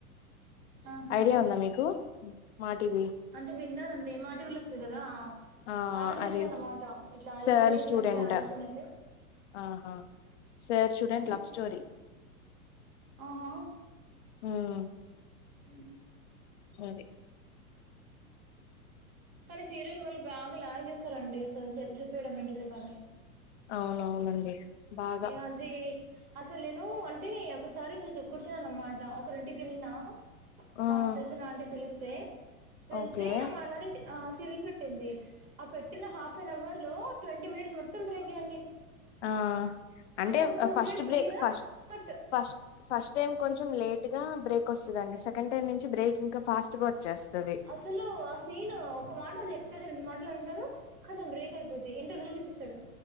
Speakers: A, on the right; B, on the left.
A: ఆహా
B: ఐడియా ఉందా మీకు మా టీవీ
A: అంటే విన్నారండి మాటివి ల వస్తుంది కదా
B: ఆ
A: ఆడ
B: అదే
A: చూసినా అన్నమాట ఇట్లా అది
B: సార్
A: మూ చూస్తుంటే
B: స్టూడెంట్
A: ఆడొచ్చిందంటే
B: ఆహా సార్ స్టూడెంట్ లవ్ స్టోరి
A: ఆహా
B: మ్మ్
A: మ్మ్
B: మరి
A: కానీ సీరియల్ వాళ్ళు బాగా లాగ్ జేస్తరండి అసలు చెబ్దిపోవడం ఏంటిదో గానీ
B: అవునవునండి బాగా
A: ఏ అది అసలు నేను అంటే ఒకసారి ఇట్ల చె కుర్చో అన్నమాట ఒకరింటికెళ్ళిన
B: ఉమ్
A: మా తెల్సిన ఆంటి పిలిస్తే వెళ్తే
B: ఓకే
A: ఆమె అలానే ఆ సిరిల్ పెట్టింది ఆ పెట్టిన హాఫ్ అన్ అవర్ లో ట్వంటీ మినిట్స్ మొత్తం బ్రేకే అండి
B: ఆ అంటే
A: ఒక two
B: first
A: minutes
B: break
A: scene
B: ఫస్
A: కట్
B: ఫస్ట్ ఫస్ట్ టైం కొంచెం లేట్ గా బ్రేక్ వస్తుదండి సెకండ్ టైమ్ నించి బ్రేక్ ఇంకా ఫాస్ట్ గా వచ్చేస్తది
A: అసలు ఆ సీన్ ఒక మాట చెప్తేది రెండు మాటలంటారు కదం బ్రేక్ అయిపోద్ది ఇంటర్వెల్ చూపిస్తాడు